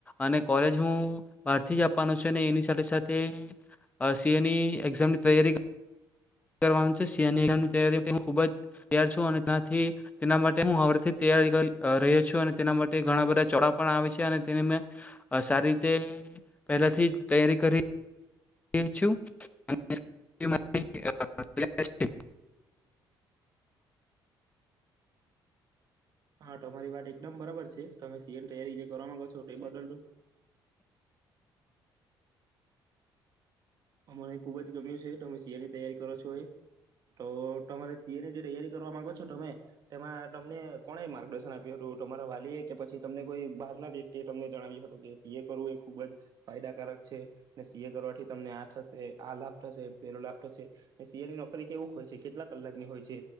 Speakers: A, on the left; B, on the right.
A: અને કોલેજ હું બહારથી જ આપવાનો છું અને એની સાથે સાથે સી એની એક્ઝામની તૈયારી કરવાનું છે શિયાનીારી ખુબ જ તૈયાર છું, અનેથી તેના માટે હું હરથી તૈયારી રહ્યો છું અને તેના માટે ઘણા બધા ચોડા પણ આવે છે અને તેની મે, સારી રીતે પહેલાથી તૈયારી કરી <unintelligible>
B: હા તમારી વાત એકદમ બરાબર છે, તમે સીએન તૈયારી જે કરવા માગો છો તે બદલ તો મને ખુબ જ ગમ્યું છે તમે સી એ ની તૈયારી કરો છો એ, તો તમારે સી એ ની જે તૈયારી કરવા માંગો છો તમે તેમાં તમને કોણે માર્ગદર્શન આપ્યું હતું તમારા વાલીએ કે પછી તમને કોઈ બહાર ના વ્યક્તિ એ તમને જણાવ્યું હતું કે સી એ કરવું એ ખુબ જ, ફાયદાકારક છે, ને સી એ કરવાથી તમને આ થશે આ લાભ થશે પેલો લાભ થશે, સિ એની નોકરી કેવું હોય છે કેટલા કલાકની હોય છે.